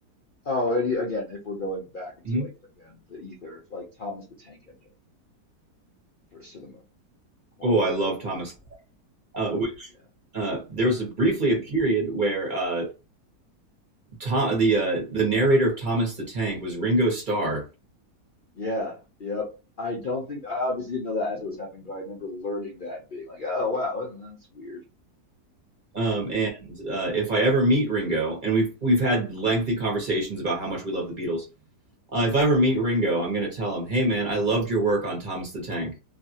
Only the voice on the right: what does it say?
hmm
Oh, I love Thomas. Uh, which
uh, there was a, briefly a period where uh, Tom, the uh, the narrator of Thomas the Tank was Ringo Starr.
Um,
and uh, if I ever meet Ringo, and we've we've had lengthy conversations about how much we love the Beatles. Uh, if I ever meet Ringo, I'm gonna tell him, "Hey man, I loved your work on Thomas the Tank."